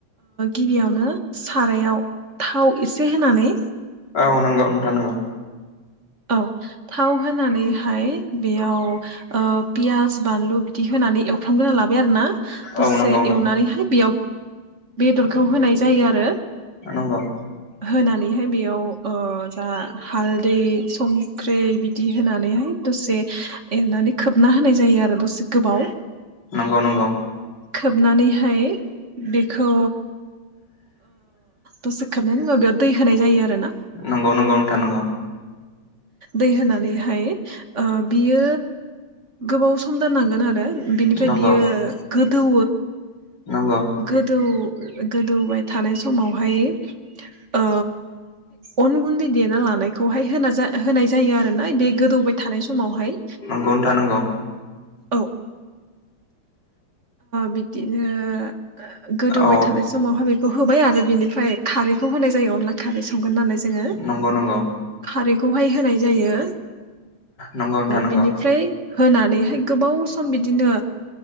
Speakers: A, on the right; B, on the left.
A: गिबियावनो सारायाव थाव एसे होनानै
B: औ नंगौ नोंथां नंगौ
A: औ थाव होनानैहाय बेयाव पियास बानलु बिदि होनानै एवफ्रामग्रोना लाबाय आरोना दसे
B: औ नंगौ
A: एवनानैहाय बेयाव बेदरखौ होनाय जायो आरो।
B: नंगौ
A: होनानैबो बेयाव जा हालदै संख्रि बिदि होनानैहाय दसे एरनानै खोबना होनाय जायो आरो दसे गोबाव
B: नंगौ नंगौ
A: खोबनानैहाय बे खौ दसे खाबनायनि उनाव बेयाव दै होनाय जायो आर ना
B: नंगौ नंगौ नोंथा नंगौ
A: दै होनानैहाय बियो गोबाव सम सम दाननांगोन आरो बिनिफ्राय
B: नंगौ
A: बियो गोदौ
B: नंगौ
A: गोदौ गोदौबाय थानाय समावहाय आ अनगुनदै देना लानाय खौहाय होना होनाय जायो आरो ना बे गोदौबाय थानाय समावहाय
B: खौनो थानांगौ
A: औ बिदिनो गोदौबाय
B: औ
A: थानाय समावहाय बे बे होबाय आरो बिनिफ्राय खारैखौ होनाय जायो अनला खारै संगोन नालाय जोङो
B: नंगौ नंगौ
A: खारैखौहाय होनाय जायो
B: नंगौ नोंथां नंगौ
A: बिनिफ्राय होनानैहाय गोबाव सम बिदिनो